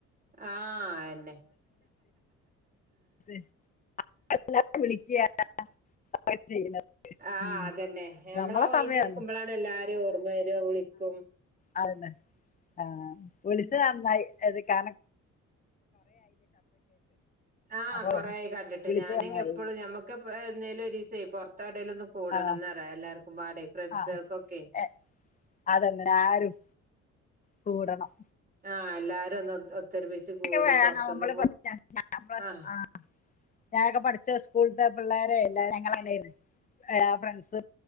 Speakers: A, on the right; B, on the left.
A: ആഹ് എന്നെ
B: <unintelligible> വിളിക്ക <unintelligible>
A: ആഹ്
B: ഉം.
A: അതന്നെ നമ്മളാ
B: നമ്മളെ
A: ഒയിഞ്ഞിരിക്കുമ്പളാണ്
B: സമയമാണ്
A: എല്ലാരും ഓർമ്മ വരു വിളിക്കും
B: അതന്നെ ആഹ് വിളിച്ചത് നന്നായി അത് കാരണ
A: ആഹ്
B: അപ്പൊ
A: കൊറെയായി കണ്ടിട്ട്
B: വിളിച്ചത്
A: ഞാനും
B: നന്നായി
A: എപ്പോഴും ഞമ്മുക്ക് എന്നെ ഒരിസവേ പൊറത്തെവടേലും ഒന്ന് കൂടണംന്ന്റയാ
B: ആ
A: എല്ലാ ക്കും പാടെ ഫ്രണ്ട്സുകൾക്കൊക്കെ
B: ആ എ, അതന്നെ ആരും കൂടണം.
A: ആ എല്ലാരും <unintelligible> കൂടി
B: എൊക്കെ വണോ
A: പൊറത്തൊന്ന്
B: <unintelligible>
A: പോ ആഹ്
B: ഞാനൊക്കെ പഠിച്ച സ്ക്കൂള്ത്ത പിള്ളേരെ എല്ലാരേം <unintelligible> ഏഹ് ഫ്രണ്ട്‌സ്